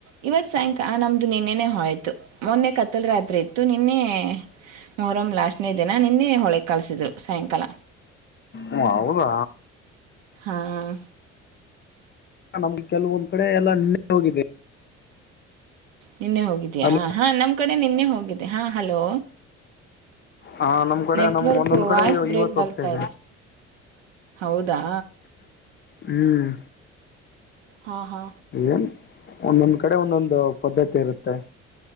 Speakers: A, on the right; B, on the left.
A: ಇವತ್ತು ಸಾಯಂಕಾ ನಮ್ಮದು ನಿನ್ನೆನ ಹೋಯ್ತು ಮೊನ್ನೆ ಕತ್ತಲ ರಾತ್ರಿ ಇತ್ತು ನಿನ್ನೆ ಮೊಹ್ರಂ ಲಾಸ್ಟ್ನೇ ದಿನ ನಿನ್ನೆ ಹೊಳೆಗ್ ಕಳಸಿದ್ರು ಸಾಯಂಕಾಲ.
B: ಓ ಹೌದಾ?
A: ಹಾಂ
B: ನಮ್ಗೆ ಕೆಲವೊಂದ್ ಕಡೆ ಎಲ್ಲ ನಿನ್ನೆ ಹೋಗಿದೆ.
A: ನಿನ್ನೆ ಹೋಗಿದ್ದೀಯಾ
B: ಅಲ್ವಾ
A: ಹಾ ನಮ್ಮ್ ಕಡೆ ನಿನ್ನೆ ಹೋಗಿದ್ದೆ ಹಾ ಹಲೋ.
B: ಹಾ ನಮ್ ಕಡೆ
A: ನೆಟ್ವರ್ಕು
B: ನಮ್ ಒಂದೊಂದ್ ಕಡೆ
A: ವಾಯ್ಸ್
B: ಇವ-
A: ಬ್ರೇಕ್
B: ಇವತ್ತು
A: ಬರ್ತಾ
B: ಹೋಗ್ತಾ
A: ಇದೆ. ಹೌದಾ?
B: ಹ್ಮ್
A: ಹಾ ಹಾ
B: ಏನ್ ಒಂದೊಂದ್ ಕಡೆ ಒಂದೊಂದು ಪದ್ಧತಿ ಇರುತ್ತೆ.